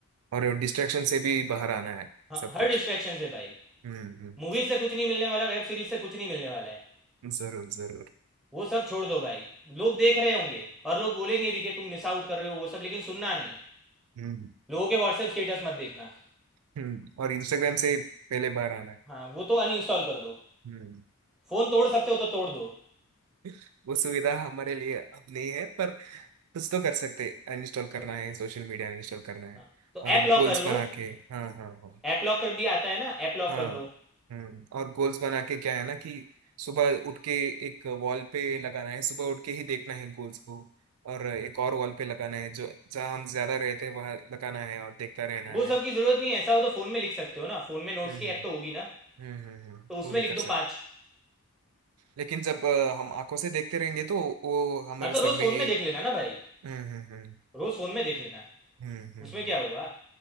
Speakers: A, on the right; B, in the centre.
A: और डिस्ट्रैक्शन से भी बाहर आना है
B: हाँ,
A: सब
B: हर
A: कुछ
B: डिस्ट्रैक्शन से भाई
A: हम्म हम्म
B: मूवीज से कुछ नहीं मिलने वाला वेब सीरीज से कुछ नहीं मिलने वाला है
A: जरूर जरूर
B: वो सब छोड़ दो भाई लोग देख रहे होंगे और लोग बोलेंगे भी कि तुम मिस आउट कर रहे हो वो सब लेकिन सुनना नहीं
A: हम्म
B: लोगों के व्हाट्सएप स्टेटस मत देखना
A: हम्म और इंस्टाग्राम से पहले बाहर आना है
B: हाँ वो तो अनइंस्टॉल कर दो
A: हम्म
B: फ़ोन तोड़ सकते हो तो तोड़ दो
A: <laughs> वो सुविधा हमारे लिए अब नहीं है पर कुछ तो कर सकते अनइंस्टॉल
B: हाँ
A: करना
B: भाई
A: है सोशल मीडिया अनइंस्टॉल करना है
B: हाँ तो
A: और
B: ऐप लॉक
A: गोल्स
B: कर लो
A: बना के हाँ हाँ हाँ
B: ऐप लॉक कर भी आता है ना ऐप लॉक
A: हाँ
B: कर लो
A: हम्म और गोल्स बना के क्या है ना कि सुबह उठ के एक वॉल पे लगाना है सुबह उठ के ही देखना है गोल्स को और एक और वॉल पे लगाना है जो जहाँ हम ज्यादा रहते हैं वहाँ लगाना है और देखता रहना
B: वो सब
A: है
B: की ज़रूरत नहीं है ऐसा हो तो फ़ोन में लिख सकते हो ना फ़ोन में नोट्स
A: हम्म
B: की
A: हम्म
B: ऐप तो होगी ना
A: हम्म हम्म हम्म,
B: तो उसमें
A: वो भी
B: लिख
A: कर
B: दो
A: सकते
B: पाँच
A: हैं। लेकिन जब अ, हम आंखों से देखते रहेंगे तो वो हमारे
B: हाँ तो
A: सर
B: रोज़ फ़ोन
A: में ही
B: में देख लेना ना भाई
A: हम्म हम्म हम्म
B: रोज़ फ़ोन में देख लेना
A: हम्म हम्म
B: उसमें
A: हम्म,
B: क्या हुआ